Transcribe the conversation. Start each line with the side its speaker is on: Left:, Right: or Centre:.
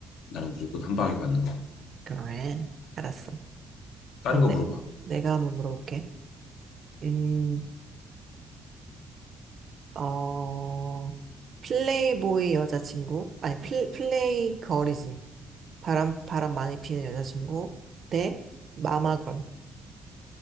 Left: 나는 무조건 한 방에 받는 거.
Right: 그래. 알았어.
Left: 다른
Right: 그럼
Left: 거
Right: 내,
Left: 물어봐.
Right: 내가 한번 물어볼게. 음, 어, 플레이보이 여자친구? 아니, 플, 플레이 걸이지. 바람, 바람 많이 피는 여자친구 대 마마걸.